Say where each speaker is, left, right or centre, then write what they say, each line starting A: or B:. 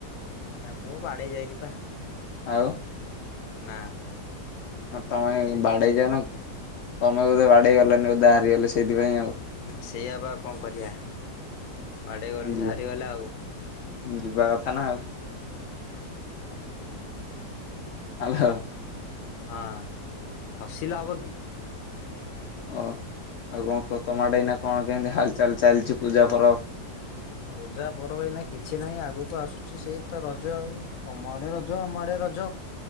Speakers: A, on the left (about 60°); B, on the left (about 75°).
A: ନାଇଁ ମୁଁ ବାଡେଇ ଯାଇନି ପା।
B: ଆଉ
A: ନା।
B: ତମେ
A: ସେ
B: ବାଡେଇ ଜାଣିନ ତମେ ବୋଧେ ବାଡେଇ ଗଲାନି ବୋଧେ ହାରିଗଲେ ସେଇଥିପାଇଁ ଆଉ।
A: ସେଇଆ ପା ଆଉ କଣ କରିବା ବାଡ଼େଇ ଗଲିନି
B: ଯିବା
A: ଯେ ହାରିଗଲା ଆଉ।
B: ଯିବା କଥା ନା ଆଉ। ହେଲୋ।
A: ହଁ ହସିଲେ ହବ କି।
B: ଓ ଆଉ କଣ ତମ ଆଡେ କଣ କେମିତି ହାଲଚାଲ ଚାଲିଛି ପୂଜା ପରବ।
A: ପୂଜା ପର୍ବ ଏଇନା କିଛି ନାହିଁ ଆଗକୁ ଆସୁଛି ସେଇ ତ ରଜ ଆଉ କମ ଆଡେ ରଜ। ଯ ଆମ ଆଡେ ରଜ।